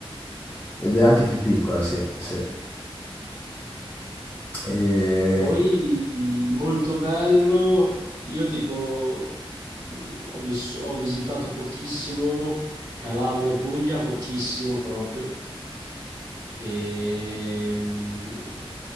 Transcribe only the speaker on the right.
Poi molto bello. Io tipo mh, ho, vis- ho visitato pochissimo Calabria e Puglia, pochissimo proprio. Ehm,